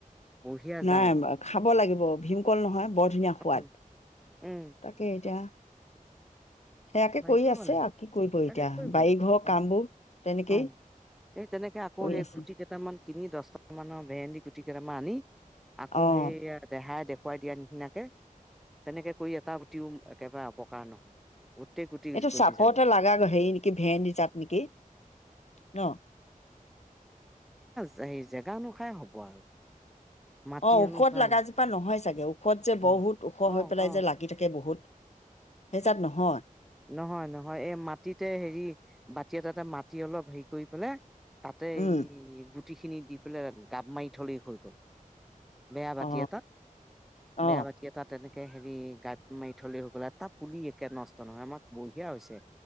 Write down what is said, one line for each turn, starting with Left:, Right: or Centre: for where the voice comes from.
Centre: বঢ়িয়া জাৰ
Left: নাই খাব লাগিব ভীমকল নহয় বৰ ধুনীয়া
Centre: উম,
Left: সোৱাদ
Centre: উম,
Left: তাকে এতিয়া সেয়াকে
Centre: হেৰি
Left: কৰি
Centre: কৰিব
Left: আছে
Centre: লাগে
Left: আৰু কি কৰিব
Centre: তাকে
Left: এতিয়া
Centre: কৰিব
Left: বাৰী
Centre: লাগে
Left: ঘৰৰ
Centre: অ',
Left: কামবোৰ তেনেকেই
Centre: অ', সেই তেনেকে আকৌ
Left: কৰি
Centre: সেই
Left: আছে
Centre: গুটি কেইটামান কিনি দহটা মানৰ ভেহেন্দি গুটি কেটমা আনি। আকৌ
Left: অ
Centre: সেই দেহাই দেখ। খুৱাই দিয়া নিচিনাকে তেনেকে কৰি এটা টিউম একেবাৰে অপকাৰ নহয় গোটেই গুটি
Left: এইটো
Centre: গজি
Left: চাপতে
Centre: যাব
Left: লাগা হেৰি নেকি ভেন্দ তাত নেকি ন
Centre: সেই জেগা নোখাই হ'ব আৰু মাটি
Left: অ ঔষধ
Centre: অনুসাৰে
Left: লগাজোপা নহয় চাগে ওখত যে
Centre: অ
Left: বহুত ওখ
Centre: অ
Left: হৈ পেলাই
Centre: অ
Left: যে লাগি থাকে বহুত সেইজাত নহয়
Centre: নহয় নহয় এই মাটিতে হেৰি বাতি এটাতে মাটি অলপ হেৰি কৰি পেলাই তাতে
Left: উম
Centre: গু গুটিখিনি দি পেলাই গাপ মাৰি থলেই হ'ল বেয়া বাতি
Left: অ
Centre: এটাত
Left: অ
Centre: বেয়া বাতি এটাত এনে একে হেৰি গাত মাৰি থলে হৈ গ'লে তাৰ পুলি একে নষ্ট নহয় আমাক বঢ়িয়া হৈছে